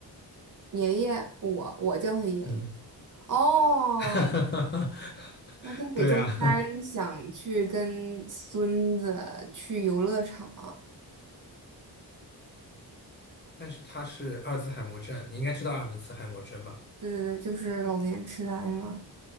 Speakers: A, on the right; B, on the left.
A: 爷爷，我我叫他爷爷。
B: 嗯。
A: 哦，
B: <laughs> 哈哈哈哈对呀、
A: 那他每周三想去跟孙子去游乐场，
B: 啊但是他是阿尔兹海默症，你应该知道阿尔兹海默症吧？
A: 对对对，就是老年痴呆嘛。